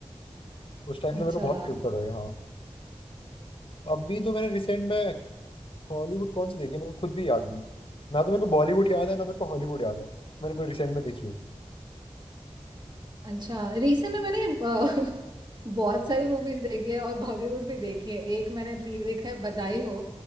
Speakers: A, on the left; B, on the right.
A: उस टाइम
B: अच्छा
A: तो मेरे को बहुत फील कर रहा है हाँ अभी तो मैंने रिसेंट में हॉलीवुड कौन सी देखी है मेरे को खुद भी याद नहीं ना तो मेरे को बॉलीवुड याद है ना मेरे को हॉलीवुड याद है मैंने कोई रिसेंट में देखी है
B: अच्छा रिसेंट में मैंने अ, <laughs> बहुत सारी मूवीज देखी है और बॉलीवुड भी देखी है एक मैंने दे- देखा है बधाई हो